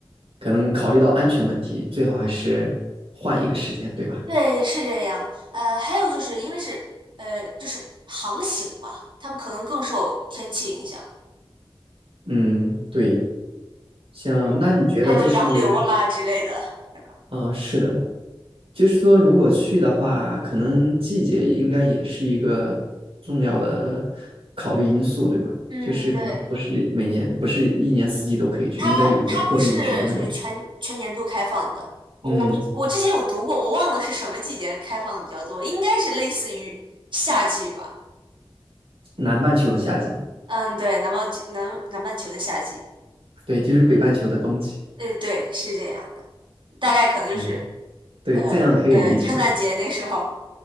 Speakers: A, on the right (about 80°); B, on the right (about 60°).
A: 可能考虑到安全问题，最好还是换一个时间，对吧？
B: 对，是这样。呃，还有就是因为是呃，就是航行嘛，他们可能更受天气影响，
A: 嗯，对，像那你觉得就是，
B: 嗯，还有洋流啊之类的。可能。
A: 嗯，是的，就是说，如果去的话，可能季节应该也是一个重要的考虑因素，对吧？
B: 嗯，
A: 就是可能不是每年，
B: 对，
A: 不是一年四季都可以去，
B: 它它不是就是全全年度开放的。
A: 应该有一些特定的时间吧。
B: 我不，
A: 嗯，
B: 我之前有读过，我忘了是什么季节开放的比较多，应该是类似于夏季吧。
A: 南半球的夏季，
B: 嗯，对，南半球南南半球的夏季，
A: 对，就是北半球的冬季。
B: 呃，对，是这样的，大概可能就是
A: 嗯，对，
B: 呃呃圣诞节那时候。
A: 这样可以理解。